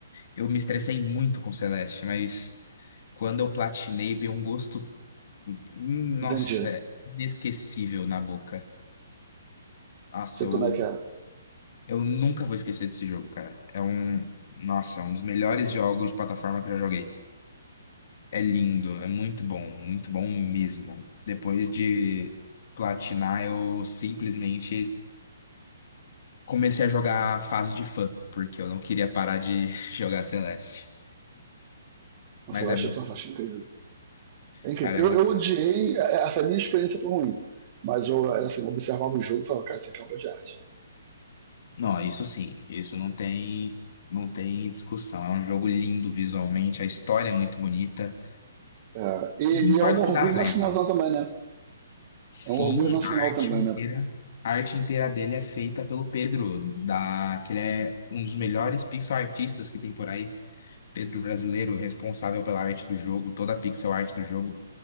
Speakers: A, on the left (about 55°); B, on the right (about 35°).
A: Eu me estressei muito com Celeste, mas quando eu platinei, veio um gosto, hum, nossa,
B: Entendi.
A: inesquecível na boca. Nossa,
B: Sei
A: eu,
B: como é que é.
A: eu nunca vou esquecer desse jogo, cara. É um, nossa, é um dos melhores jogos de plataforma que eu já joguei. É lindo, é muito bom, muito bom mesmo. Depois de platinar, eu simplesmente comecei a jogar a fase de fã, porque eu não queria parar de <laughs> jogar Celeste.
B: A
A: Mas
B: Celeste
A: é muito,
B: é fantástico, incrível. É incrível.
A: cara, é muito...
B: Eu, eu odiei, é, essa minha experiência foi ruim. Mas eu, era assim, eu observava o jogo e falava, cara, isso aqui é uma obra de arte.
A: Não, isso sim, isso não tem, não tem discussão. É um jogo lindo visualmente, a história é muito bonita.
B: É, e,
A: Eu concordo
B: e é um
A: que
B: orgulho
A: dá raiva.
B: nacional também, né?
A: Sim,
B: É um orgulho nacional
A: a arte
B: também,
A: inteira,
B: né?
A: a arte inteira dele é feita pelo Pedro, da, que ele é um dos melhores pixel artistas que tem por aí. Pedro Brasileiro, responsável pela arte do jogo, toda a pixel art do jogo,